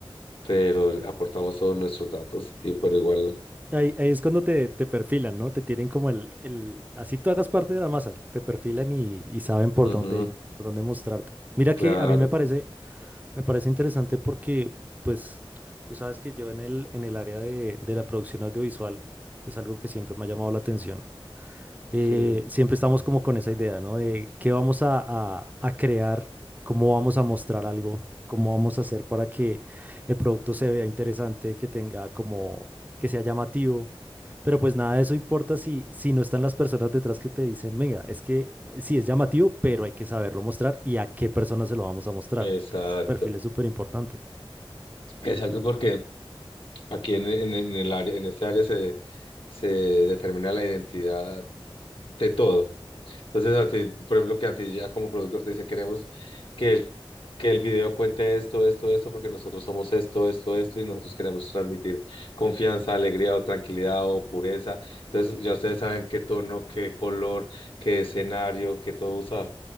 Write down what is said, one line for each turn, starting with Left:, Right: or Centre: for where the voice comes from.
Left: pero aportamos todos nuestros datos, y pero igual,
Right: Ahí, ahí es cuando te, te perfilan, ¿no? Te tienen como el, el... Así tú hagas parte de la masa, te perfilan y, y saben por
Left: ujú,
Right: dónde, por dónde mostrarte. Mira
Left: claro,
Right: que a mí me parece, me parece interesante porque, pues, tú sabes que yo en el, en el área de, de la producción audiovisual es algo que siempre me ha llamado la atención. eh,
Left: sí,
Right: siempre estamos como con esa idea, ¿no? De qué vamos a, a- a crear, cómo vamos a mostrar algo, cómo vamos a hacer para que el producto se vea interesante, que tenga como, que sea llamativo. Pero pues nada de eso importa si, si no están las personas detrás que te dicen, venga, es que eh, sí es llamativo, pero hay que saberlo mostrar y a qué personas se lo vamos a mostrar.
Left: exacto,
Right: Entonces, ese perfil es súper importante.
Left: exacto, porque aquí en, en, en el área, en este área se, se determina la identidad de todo. Entonces, a ti, por ejemplo, que a ti ya como productor te dicen, queremos que el, que el video cuente esto, esto, esto, porque nosotros somos esto, esto, esto, y nosotros queremos transmitir confianza, alegría o tranquilidad o pureza. Entonces, ya ustedes saben qué tono, qué color, qué escenario, qué todo usar.